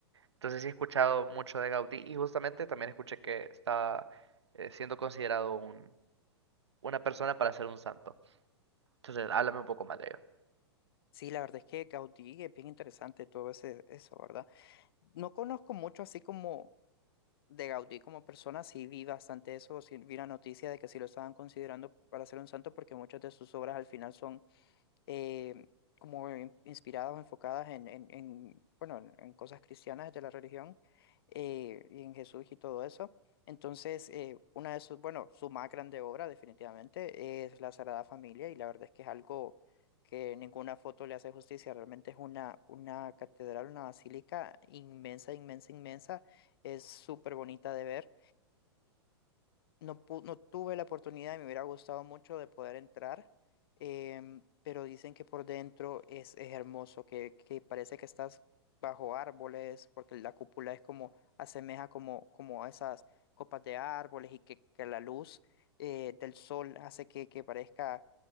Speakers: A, on the right; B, on the left.
A: Entonces sí he escuchado mucho de Gaudí y justamente también escuché que está eh, siendo considerado un, una persona para ser un santo. Entonces, háblame un poco más de ello.
B: Sí, la verdad es que Gaudí es bien interesante todo ese, eso, ¿verdad? No conozco mucho así como de Gaudí como persona, sí vi bastante eso, sí vi la noticia de que sí lo estaban considerando para ser un santo porque muchas de sus obras al final son eh, como in- inspiradas o enfocadas en, en- en, bueno, en, en cosas cristianas de la religión eh, y en Jesús y todo eso. Entonces, eh, una de sus, bueno, su más grande obra definitivamente es La Sagrada Familia y la verdad es que es algo que ninguna foto le hace justicia, realmente es una, una catedral, una basílica inmensa, inmensa, inmensa, es súper bonita de ver no, pu- no tuve la oportunidad y me hubiera gustado mucho de poder entrar, em, pero dicen que por dentro es, es hermoso, que, que parece que estás bajo árboles, porque la cúpula es como, asemeja como, como a esas copas de árboles y que, que la luz eh, del sol hace que, que parezca